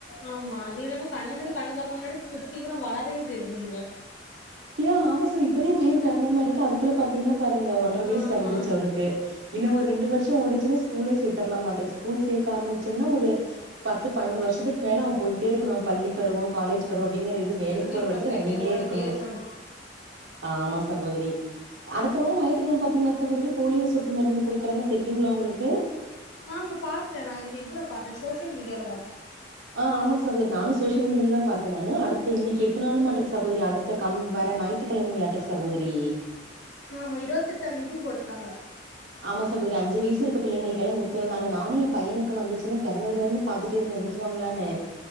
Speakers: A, on the left (about 80°); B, on the right (about 75°).
A: ஆமா அதே இல்லாம கண்ண முடி கண்ணு தொறக்க முன்னாடி சீக்கிர வளரையு செய்யதுங்க
B: தியா ஆமா சார் இப்பதா பைய பெறந்த மார்ருக் அதுக்குள்ள பாத்தீங்னா பாருங்க ஒன்றர வய்சு
A: ஆமா
B: பெறந்துருச்சு அவருக்கு இன்ன ஒரு ரெண்டு வர்ஷ்மா ஓடிச்சு ஸ்கூலே சேர்தரலாமாட்டுக்கு ஸ்கூல் சேக்க ஆர்மிச்சம்னா ஒரு பத்து பன்னெண்டு வர்ஷத்துக் மேல அவ போயிட்டே இருக்னு பள்ளி பருவோ காலேஜ் பருவ டிங்கிற இது வேலக்
A: முடி
B: போற வரக்கு
A: போட்டுட்டே
B: ரன்னிங்லே
A: ஓடிட்டே
B: இருக்கனு
A: இருக்கணு
B: ஆமா சகோதரி அடுத்த வார ஞாயித்துகெழம பாத்தீங்களா சகோதரி போலியோ சொட்டு மருந்து குடுக்குறாங்க தெரியுங்ளா உங்ளுக்கு
A: ஆமா பாத்த நா இந்த இதுல பாத்த சோசியல் மீடியால பாத்தே
B: அ ஆமா சகோதரி நானு சோசியல் மீடியாலதா பாத்த நானு அடுத்த இன்னைக்கு எட்டு நாளுமாடுங்குது சகோதரி அடுத்த கம் வர ஞாயிற்றுக்கிழமங்களாட்டுக் சகோதுரி
A: ஆமா இருவத்தெட்டாதேதி போட்ருக்காங்க
B: ஆமா சகோதரி அஞ்சு வயசு இருக்க பிள்ளைங்க கேல்லா ஊத்துருன்னாங்க நானு ஏ பையனுக் க்கு வந்துச்சின் பெறந்ததுலேருந்து இருந்து பாத்துடேருந்த துருவாங்ளான்னு